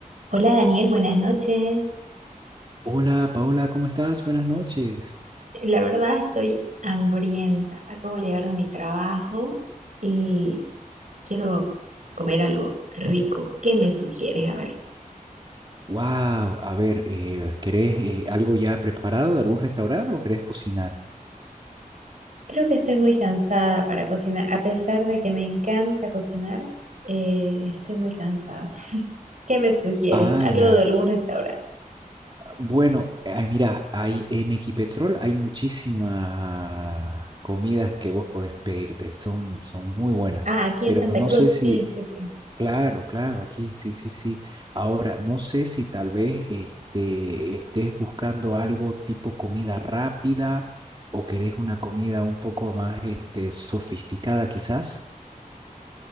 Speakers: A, on the right; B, on the right.
A: Hola Daniel, buenas noches.
B: Hola Paola, ¿cómo estás? Buenas noches.
A: La verdad estoy hambrienta. Acabo de llegar de mi trabajo y quiero comer algo rico. ¿Qué me sugieres? A ver.
B: Wow, a ver, eh, ¿querés eh, algo ya preparado de algún restaurante o querés cocinar?
A: Creo que estoy muy cansada para cocinar. A pesar de que me encanta cocinar, eh, estoy muy cansada. <laughs> ¿Qué me sugieres?
B: Ah,
A: Algo
B: ya.
A: de algún restaurante.
B: Bueno, ay, mira, hay en Equipetrol hay muchísimas comidas que vos podés pedirte, son, son muy buenas,
A: Ah, aquí
B: pero
A: en Santa
B: no
A: Cruz.
B: sé si
A: Sí, sí, sí.
B: Claro, claro, aquí, sí, sí, sí. Ahora, no sé si tal vez este, estés buscando algo tipo comida rápida o querés una comida un poco más este, sofisticada quizás.